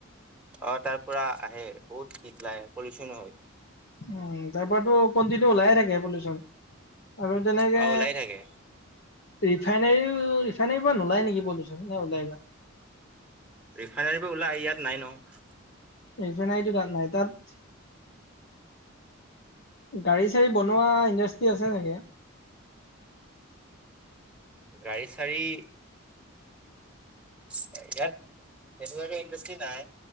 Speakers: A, in the centre; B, on the left.
A: অহ, তাৰ পৰা আহে বহুত হীত ওলাই পলিউচন হয়।
B: উম, তাৰ পৰাতো কন্টিনিউ ওলাই থাকে পলিউচন আৰু তেনেকে
A: অ ওলাই থাকে
B: ৰিফাইনেৰী ৰিফাইনেৰীৰ পৰা নোলাই নেকি পলিউচোন নে ওলাই বা।
A: ৰিফাইনোৰী পৰা ওলাই ইয়াত নাই ন'।
B: ৰিফাইনেৰীটো তাত নাই, তাত গাড়ী-চাড়ী বনোৱা ইণ্ডাষ্ট্ৰি আছে চাগে?
A: গাড়ী-চাড়ী ইয়াত তেনেকুৱা ইণ্ডষ্ট্ৰী নাই।